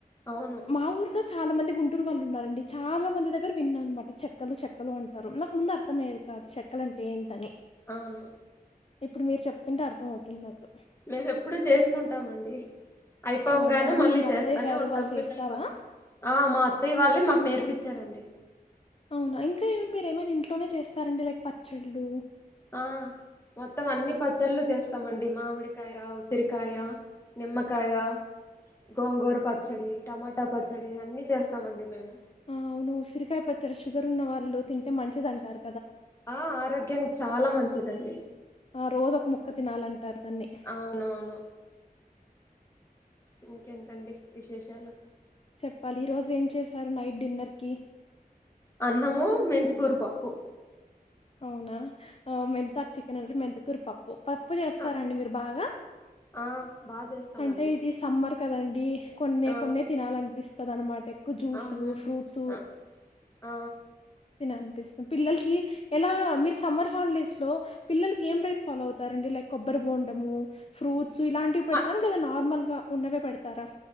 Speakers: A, on the left; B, on the left.
A: అవును
B: మా ఊర్లో చాలా మంది గు టూరు వాళ్ళు ఉన్నారండి చాలా మంది దగ్గర విన్నాను అనమాట చెక్కలు చెక్కలు అంటారు నాకు ముందు అర్థంమయ్యేది కాదు చెక్కలు అం టే ఎంటని
A: అవును
B: ఇప్పుడు మీరు చెప్తుంటే అర్థం అవుతుంది నాకు
A: మేము ఎప్పుడు చేసుకుంటామండి అయిపోగనే
B: అవునా మీ
A: మళ్ళీ
B: అత్తయ్య
A: చేస్తానే
B: గారు
A: ఉంటాం
B: వాళ్ళు
A: పిల్లల
B: చేస్తారా
A: కోసం ఆ మా అత్తయ్య వాళ్ళే మాకు నేర్పి ప్పించారండి
B: అవునా ఇంకా ఏవన్న మీరు ఏమైనా ఇంట్లోనే చేస్తారండి లైక్ పచ్చళ్ళు
A: ఆ మొత్తం అన్ని పచ్చళ్ళు చేస్తామండి మామిడికాయ ఉసిరికాయ నిమ్మకాయ గోంగూర పచ్చడి టమాటా పచ్చడి అన్ని చేస్తామండి మేము
B: ఆ అవును ఉసిరికాయ పచ్చడి షుగర్ ఉన్న వాళ్ళు తింటే మంచిదంటారు
A: ఆ ఆరోగ్యానికి చాలా మంచిదండి
B: ఆ రోజు ఒక ముక్క తినాలి అంటారు దాన్ని
A: అవునవును ఇంకెంటండి విశేషాలు
B: చెప్పాలి ఈ రోజు ఏం చేశారు నైట్ డిన్నర్ కి
A: అన్నము మెంతికూరు పప్పు
B: అవునా మెంతాక్ చికెన్ అంటే మెంతికూర పప్పు ప ప్పు చేస్తారండి
A: ఆ
B: మీరు బాగా
A: ఆ బాగా చేస్తామండి
B: అంటే ఇది సమ్మర్ కదండి కొన్ని
A: ఆ
B: కొన్ని తినాలనిపిస్తది అన్నమాట జ్యూసులు
A: అవునవును
B: ఫ్రూట్స్
A: ఆ ఆ
B: తిననిపిస్తుంది పిల్లలకి ఎలా మీరు సమ్మర్ హాలిడేస్ లో పిల్లలకి ఏం డైట్ ఫాలో అవుతారండి లైక్ కొబ్బరి బోండము ఫ్రూట్ ఇలాంటివి పెడతారా
A: మా
B: లేదా నార్మల్ గా ఉన్నవే పెడతారా